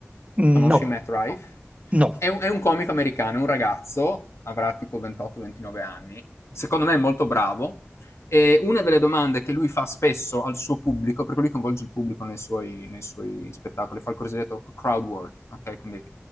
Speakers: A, on the right; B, on the left.
A: Mm,
B: Conosci
A: No,
B: Matt No. Rife?
A: no.
B: È un è un comico americano, è un ragazzo, avrà tipo 28, 29 anni, secondo me è molto bravo. E una delle domande che lui fa spesso al suo pubblico, perché lui coinvolge il pubblico nei suoi, nei suoi spettacoli, fa il cosiddetto crowd work, ok? Quindi